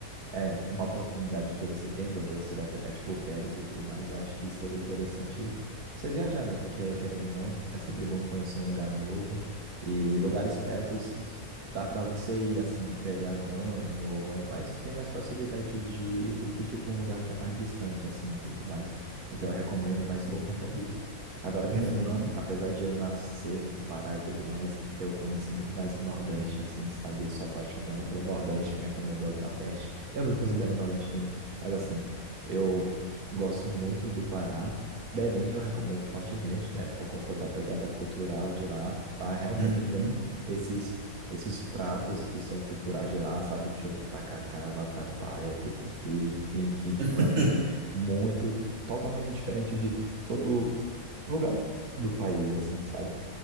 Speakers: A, on the right; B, on the right.
A: É, uma oportunidade que você tem, porque você vai pegar, tipo, férias e tudo mais, eu acho que seria interessante você viajar, né? Porque, querendo ou não, é sempre bom conhecer um lugar novo e lugares perto dá para você ir, assim, num feriadão, ou é mais, tem mais facilidade de ir do que, tipo, um lugar que é mais distante, assim, e tudo mais. Então, eu recomendo mais por conta disso. Agora, querendo
B: Uhum,
A: ou não, apesar de eu nascer do Pará e tudo mais, eu conheço bem mais o Nordeste, assim, sabe? Eu sou apaixonado pelo Nordeste, minha família é do Nordeste. Eu me considero nordestino, mas assim, eu gosto muito do Pará. Belém eu recomendo fortemente, né? Por conta da pegada cultural de lá. Lá realmente
B: uhum.
A: tem esses, esses pratos que são culturais de lá, sabe? Tipo tacacá, vatapá, tucupi, enfim, que tipo
B: <laughs>
A: é muito, totalmente diferente de todo lugar do país, assim, sabe?